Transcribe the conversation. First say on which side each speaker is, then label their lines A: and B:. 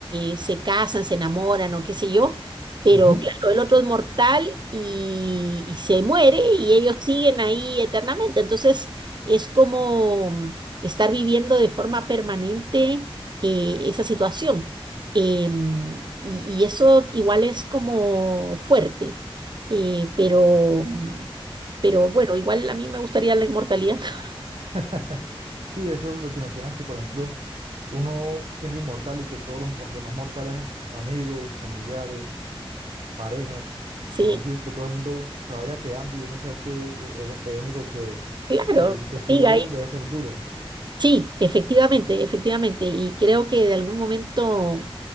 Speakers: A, on the right (about 50°); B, on the right (about 90°).
A: eh, se casan, se enamoran o qué sé yo, pero
B: Ujú.
A: claro, el otro es mortal y, y se muere y ellos siguen ahí eternamente, entonces es como estar viviendo de forma permanente eh, esa situación. Em, y, y eso igual es como fuerte, eh, pero, mm, pero bueno, igual a mí me gustaría la inmortalidad. <laughs>
B: <laughs> Sí, eso es lo que mencionas, que por ejemplo, uno siendo inmortal y que todos los mo- demás mortales, amigos, familiares, parejas,
A: Sí,
B: conocidos, que todo el mundo se vaya quedando y uno ser que eh, el, el único que,
A: claro,
B: que, que siga
A: siga
B: vivo
A: ahí.
B: debe ser duro.
A: Sí, efectivamente, efectivamente. Y creo que de algún momento,